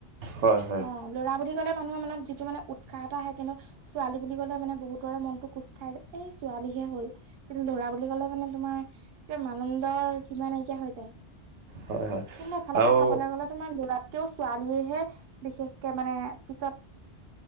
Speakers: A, on the right (about 85°); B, on the right (about 60°).
A: হয় হয়
B: অ' ল'ৰা বুলি ক'লে মানুহৰ মনত যিটো মানে উৎসাহ এটা আহে কিন্তু ছোৱালী বুলি ক'লে মানে বহুতৰে মনটো কোচ খাই যায় এই ছোৱালীহে হল কিন্তু লৰা বুলি ক'লে মানে তোমাৰ মানন্দ সীমা নাইকিয়া হৈ যায়।
A: হয় হয়
B: কিন্তু এফালৰ
A: আৰু
B: পৰা চাবলৈ গ'লে তোমাৰ লৰা তেওঁ ছোৱালীয়েহে বিশেষকে মানে পিছত